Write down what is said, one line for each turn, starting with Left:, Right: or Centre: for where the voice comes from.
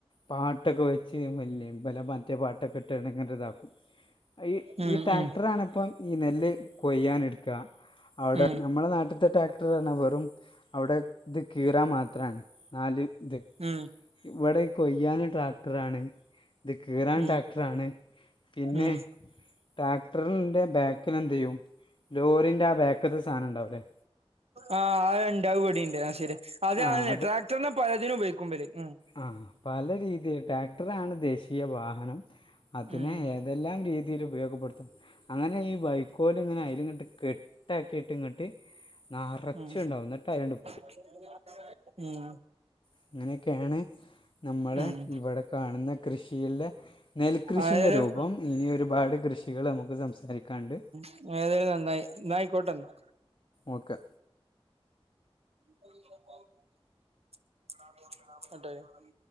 Left: പാട്ടൊക്കെ വെച്ച് വല്ലെ ഇബലെ മറ്റേ പാട്ടൊക്കെ ഇട്ട് ഇങ്ങന ഇതാക്കും ഈ
Right: ഉം
Left: ഈ ട്രാക്ടറാണിപ്പം
Right: ഉം
Left: ഈ നെല്ല് കൊയ്യാൻ എടുക്ക അവിടെ
Right: ഉം
Left: നമ്മളെ നാട്ടിത്തെ ട്രാക്ടറ് പറഞ്ഞവെറും അവിടെ ഇത് കീറാന് മാത്രമാണ് നാല് ഇത്
Right: ഉം
Left: ഇവിടെ ഇ കൊയ്യാൻ ട്രാക്ടറാണ് ഇത് കീ റാൻ
Right: ഉം
Left: ട്രാക്ടർ ആണ് പിന്നെ
Right: ഉം
Left: ട്രാക്ടറിന്റെ ബേക്കിൽ എന്ത് ചെയ്യും ലോറിന്റെ ആ ബേക്കത്തെ സാധനം ഉണ്ടാവുല്ലേ
Right: ആ അഇണ്ട് അത് ഇബടെണ്ട് ശരി അത
Left: ആഹ്
Right: അ ട്രാക്ടറിനെ പലതിനുംപയോഗിക്കുമ്പല് അ
Left: ആ പല രീതിയിൽ ട്രാക്ടറ് ആണ് ദേശീയ വാഹനം അതിനെ
Right: ഉം
Left: ഏതെല്ലാം രീതിയിൽ ഉപയോഗപ്പെടുത്തും അങ്ങനെ ഈ വൈക്കോല് ഇങ്ങനെ അയില് ഇങ്ങട്ട് കെട്ടാക്കിയിട്ട് ഇങ്ങട്ട് നറച്ച്
Right: ഉം
Left: ഇണ്ടാവും ഇന്നിട്ട് അയിലന്റ്റ്
Right: <unintelligible> ഉം
Left: ഇ ങ്ങനെക്കെയാണ് നമ്മള്
Right: ഉം
Left: ഇവിടെ കാണുന്ന കൃഷിയിലെ നെൽകൃഷി
Right: ആയാലും
Left: ന്റെ രൂപം ഇനി ഒരുപാട് കൃഷികൾ നമുക്ക് സംസാരിക്കാണ്ട്
Right: അത് ഏതായാലും നന്നായി ന്നാ ആയിക്കോട്ടെന്നാ
Left: ഓക്കെ
Right: <unintelligible>